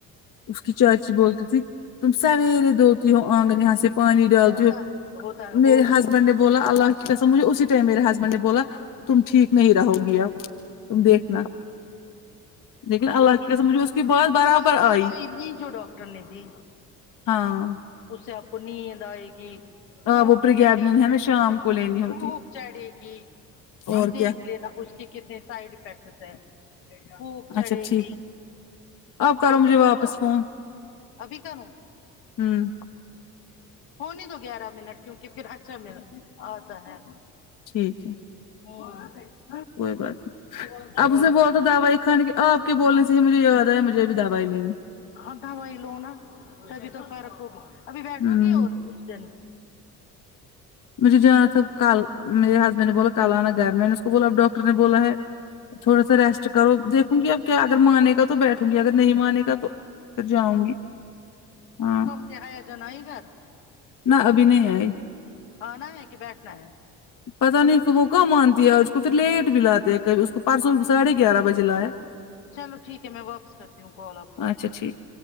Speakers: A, on the left; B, on the left.
A: اس کی چاچی بولتی تھی تم سویرے دھوتی ہو آنگن یہاں سے پانی ڈالتی
B: ہوتا
A: ہو
B: ہے ہوتا ہے
A: میرے
B: ہو
A: ہسبینڈ
B: بھی ہوتی
A: نے بولا
B: نا
A: اللہ قسم مجھے اسی ٹائم میرے ہسبینڈ نے بولا تم ٹھیک نہیں رہو گی اب تم دیکھنا لیکن اللہ
B: وہ ہی
A: کی قسم مجھے اس کی بات برابر
B: آج دوائی
A: آئی
B: لی جو ڈاکٹر نے دی
A: ہاں
B: اسے اب نیند آئے گی خوب
A: آ وہ پرریگیبلن
B: چڑھے
A: ہے نا شام کو لینی ہوتی
B: خوب چڑھے گی
A: اور
B: اب دیکھ
A: کیا
B: لینا اس کے کتنے سائڈ افیکٹس ہیں خوب چڑھے
A: اچھا ٹھیک
B: گی
A: ہے آپ کرو
B: کیوں
A: مجھے
B: کی پتا
A: واپس
B: ہے
A: فون
B: ابھی کروں
A: ہوں
B: ہو نے دو گیارہ منٹ کیونکی پھر اچھا مل آتا ہے
A: ٹھیک ہے
B: ہوں
A: کوئی بات نہیں
B: ہاں
A: اب اسے بول تو دوائی خانے کے آپ کے بولنے سے ہی مجھے یاد آیا مجھے بھی دوائی لینی
B: ہاں دوائی لو نا تبھی تو فرق ہو ابھی بیٹھو
A: ہوں
B: گی اور <unintelligible>
A: مجھے جانا تھا کل میرے ہسبینڈ نے بولا کل آنا گھر میں نے اسکو تو بولا اب ڈاکٹر نے بولا ہے تھوڑا سا ریسٹ کرو دیکھوں گی اب کیا اگر مانے گا تو بیٹھوں گی اگر نہیں مانے گا تو پھر جاؤں گی ہاں
B: کے آیا جان آئی گھر
A: نا ابھی نہیں آئی
B: آنا ہے کی بیٹھنا ہے
A: پتا نہیں فر وہ کہاں مانتی ہے آج اس کو لیٹ بھی لاتے کبھی اس کو پرسوں ساڑھے گیارہ بجے لا یا
B: چلو ٹھیک ہے میں واپس کرتی ہوں کال آپ کو
A: اچھا ٹھیک